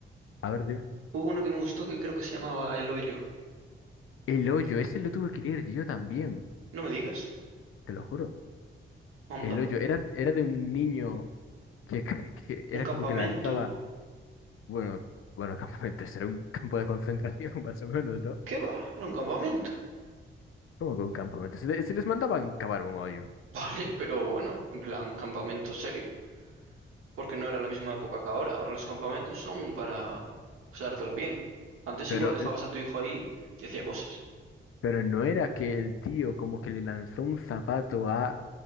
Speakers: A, on the left (about 80°); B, on the right (about 80°).
A: A ver, dime.
B: hubo uno que me gustó que creo que se llamaba El Hoyo.
A: El hoyo, ese lo tuve que leer yo también,
B: No me digas,
A: te lo juro.
B: onda,
A: El hoyo, era, era de un niño que, <laughs> que- que era
B: un campamento.
A: como que lanzaba, bueno, bueno, <laughs> campamentos, era un campo de concentración <laughs> más o menos, ¿no?
B: ¿Qué va? Era un campamento. <laughs>
A: Como que un campamento. Se, se les mandaban cavar un hoyo,
B: Vale, pero bueno, en plan, campamento serio. Porque no era la misma época que ahora. Ahora los campamentos son para pasártelo bien. Antes
A: pero
B: igual dejabas
A: eh,
B: a tu hijo ahí y hacía cosas.
A: Pero no era que el tío como que le lanzó un zapato a...